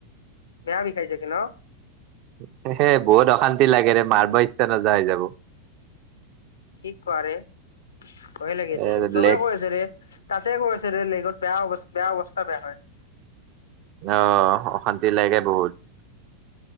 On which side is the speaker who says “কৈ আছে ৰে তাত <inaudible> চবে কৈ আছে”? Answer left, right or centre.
Left